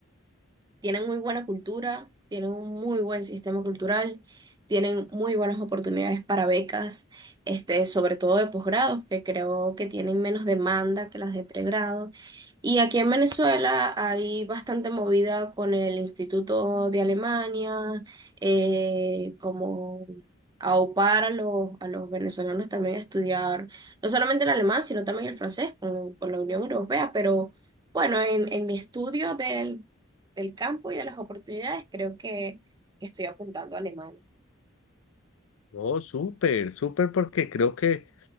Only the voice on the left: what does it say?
Oh, súper, súper, porque creo que